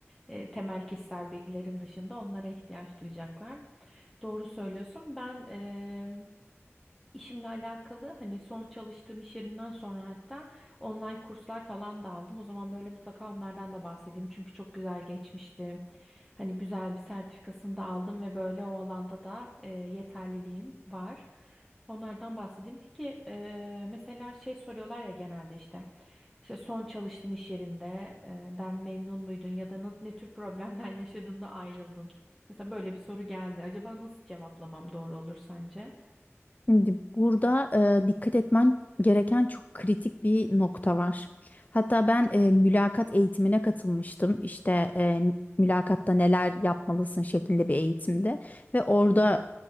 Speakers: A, in the centre; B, on the left.
A: e, temel kişisel bilgilerim dışında onlara ihtiyaç duyacaklar. Doğru söylüyorsun. Ben em, işimle alakalı hani son çalıştığım iş yerinden sonra hatta online kurslar falan da aldım. O zaman böyle mutlaka onlardan da bahsedeyim. Çünkü çok güzel geçmişti. Hani güzel bir sertifikasını da aldım ve böyle o alanda da e, yeterliliğim var. Onlardan bahsedeyim. Peki e, mesela şey soruyorlar ya genelde işte, işte son çalıştığın iş yerinde e, den memnun muydun ya da na- ne tür problemler <laughs> yaşadığında ayrıldın? Mesela böyle bir soru geldi. Acaba nasıl cevaplamam doğru olur sence?
B: Şimdi burada e, dikkat etmen gereken çok kritik bir nokta var. Hatta ben e, mülakat eğitimine katılmıştım. İşte e, mülakatta neler yapmalısın şeklinde bir eğitimde ve orada